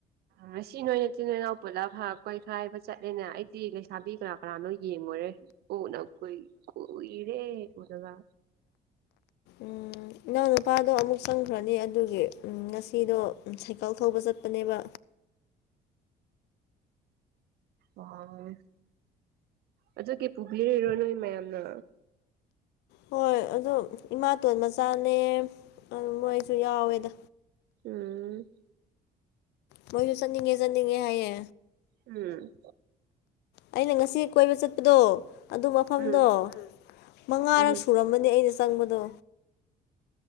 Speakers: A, on the right; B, on the left.
A: ꯉꯁꯤ ꯅꯣꯏ ꯅꯆꯤꯟ ꯅꯅꯥꯎ ꯄꯨꯜꯂꯞ ꯍꯥꯔ ꯀꯣꯏꯈꯥꯏꯕ ꯆꯠꯂꯦꯅꯦ ꯑꯩꯗꯤ ꯂꯩꯁꯥꯕꯤ ꯀꯅꯥ ꯀꯔꯥꯅꯣ ꯌꯦꯡꯉꯨꯔꯦ ꯎꯗ ꯀꯨꯏ ꯀꯨꯏꯔꯦ ꯎꯗꯕꯥ
B: ꯎꯝ ꯢꯅꯥꯎꯄꯥꯗꯣ ꯑꯃꯨꯛ ꯆꯪꯈ꯭ꯔꯅꯤ ꯑꯗꯨꯒꯤ ꯉꯁꯤꯗꯣ ꯁꯥꯏꯀꯜ ꯊꯧꯕ ꯆꯠꯄꯅꯦꯕ
A: ꯑꯣ ꯑꯗꯨꯒꯤ ꯄꯨꯕꯤꯔꯤꯔꯣ ꯅꯣꯏ ꯃꯌꯥꯝꯅ
B: ꯍꯣꯏ ꯑꯗꯣ ꯏꯃꯥꯇꯣꯟ ꯃꯆꯥꯅꯦ ꯑꯗꯨ ꯃꯣꯏꯁꯨ ꯌꯥꯎꯋꯦꯗ
A: ꯎꯝ
B: ꯃꯣꯏꯁꯨ ꯆꯠꯅꯤꯡꯉꯦ ꯆꯠꯅꯤꯡꯉꯦ ꯍꯥꯏꯌꯦ
A: ꯎꯝ
B: ꯑꯩꯅ ꯉꯁꯤ ꯀꯣꯏꯕ ꯆꯠꯄꯗꯣ ꯑꯗꯨ ꯃꯐꯝꯗꯣ
A: ꯎꯝ
B: ꯃꯉꯥꯔꯛ
A: ꯎꯝ
B: ꯁꯨꯔꯝꯃꯅ ꯅꯤ ꯑꯩꯅ ꯆꯪꯕꯗꯣ